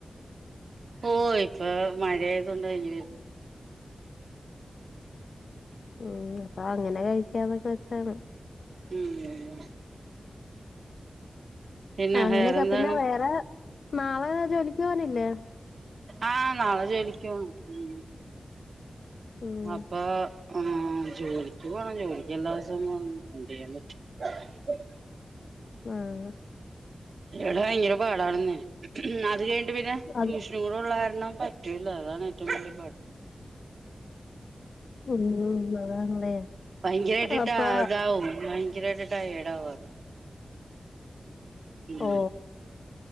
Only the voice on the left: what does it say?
ഉം അപ്പ അങ്ങനെ കഴിക്കാന്നൊക്കെ വെച്ചാണ്
അങ്ങനെക്കെ
പിന്നെ വേറെ നാളെ ജോലിക്ക് പോണില്ലേ
ഉം
ആ അ
അത്
ഉം. അതാണല്ലേ.
അപ്പൊ
ഓ.